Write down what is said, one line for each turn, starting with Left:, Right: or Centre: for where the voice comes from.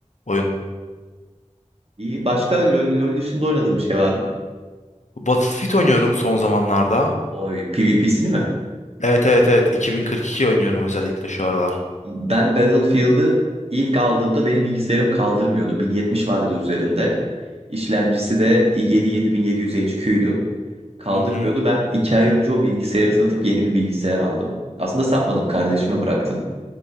Left: oyun.
Right: İyi. Başka LoL, LoL dışında oynadığım bir şey var mı?
Left: Battlefield oynuyorum son zamanlarda.
Right: Oy PvP'sini mi?
Left: Evet evet evet 2042 oynuyorum özellikle şu aralar.
Right: Ben Battlefield'ı ilk aldığımda benim bilgisayarım kaldırmıyordu. 1070 vardı üzerinde. İşlemcisi de i7-7700 HQ'ydu. Kaldırmıyordu.
Left: Hı hı.
Right: Ben 2 ay önce o bilgisayarı satıp yeni bir bilgisayar aldım. Aslında satmadım, kardeşime bıraktım.